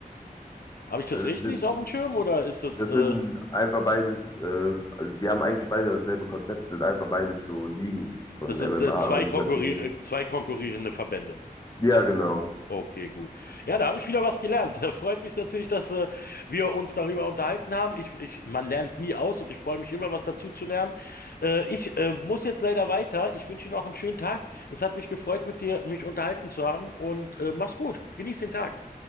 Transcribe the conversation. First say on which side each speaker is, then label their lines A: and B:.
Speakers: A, on the left; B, on the left.
A: Habe ich das
B: Also
A: richtig
B: es sind,
A: auf dem Schirm oder ist das
B: das
A: äh,
B: sind einfach beides, äh, also die haben eigentlich beide dasselbe Konzept, sind einfach beides so Ligen von
A: Das sind
B: MMA-Organisationen.
A: äh, zwei konkurri äh, zwei konkurrierende Verbände.
B: Ja, genau.
A: Okay, gut. Ja, da habe ich wieder was gelernt. <laughs> Freut mich natürlich, dass äh, wir uns darüber unterhalten haben. Ich, ich, man lernt nie aus und ich freue mich immer, was dazu zu lernen. Äh, ich äh, muss jetzt leider weiter. Ich wünsche Ihnen auch einen schönen Tag. Es hat mich gefreut, mit dir mich unterhalten zu haben und äh, mach's gut. Genieß den Tag.